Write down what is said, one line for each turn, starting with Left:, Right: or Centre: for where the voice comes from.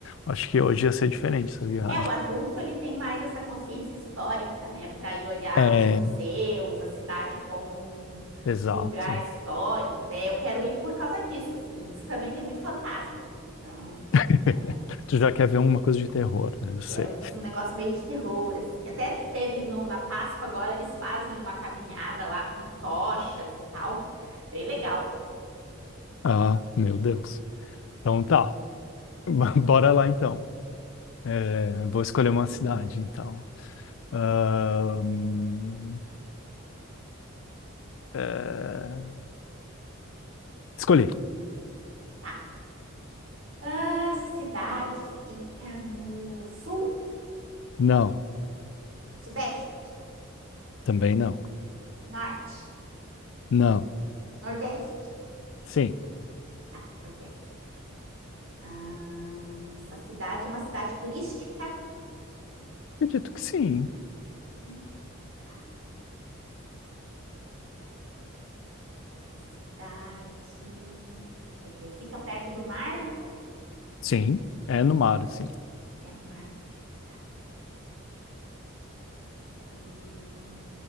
Left: Acho que hoje ia ser diferente essa viagem.
Right: É, o adulto ele tem mais essa consciência histórica, né, para ir olhar
Left: É,
Right: os museus, a cidade como um,
Left: exato.
Right: um lugar histórico, né? Eu quero ir por causa disso, assim. E diz que também tem muito fantasma. Então,
Left: <laughs>
Right: quero dar uma olhada.
Left: Tu já quer ver uma coisa de terror, né? Eu sei.
Right: que era um negócio meio de terror, assim. Até te- teve no, na Páscoa agora, eles fazem uma caminhada lá com tochas e tal. Bem legal,
Left: Ah, meu Deus. Então tá. <laughs> Bora lá então. É, vou escolher uma cidade então. Ahn, é, Escolhi.
Right: tá? A cidade fica no sul,
Left: Não.
Right: sudeste,
Left: Também não.
Right: norte,
Left: Não.
Right: nordeste.
Left: Sim.
Right: Tá, nordeste. Ah, essa cidade é uma cidade turística.
Left: Acredito que sim.
Right: Sim, tá. Essa cidade. Deixa eu ver. Fica perto do mar?
Left: Sim. É no mar,
Right: Tá.
Left: sim.
Right: É no mar? Tá. Hum,